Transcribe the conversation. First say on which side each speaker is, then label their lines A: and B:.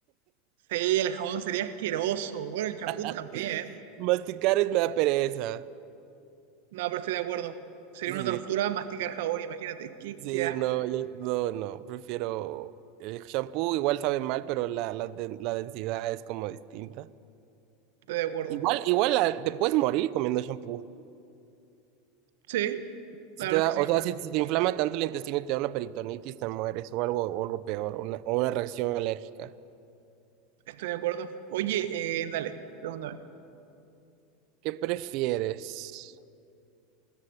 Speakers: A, on the right; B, on the right.
A: Sí, el jabón sería asqueroso. Bueno, el champú
B: <laughs>
A: también.
B: Masticar es me da pereza.
A: No, pero estoy de acuerdo. Sería
B: Sí,
A: una tortura masticar jabón, imagínate. Qué,
B: sí,
A: qué asco.
B: no, yo- no, no, prefiero el shampoo, igual sabe mal, pero la, la, de- la densidad es como distinta.
A: Estoy de acuerdo.
B: Igual, igual la- te puedes morir comiendo shampoo.
A: Sí,
B: Si
A: la verdad
B: te da,
A: es que
B: o
A: sí.
B: sea, si, si te inflama tanto el intestino y te da una peritonitis, te mueres o algo, o algo peor, o una, o una reacción alérgica.
A: Estoy de acuerdo. Oye, eh, dale, pregúntame.
B: ¿Qué prefieres?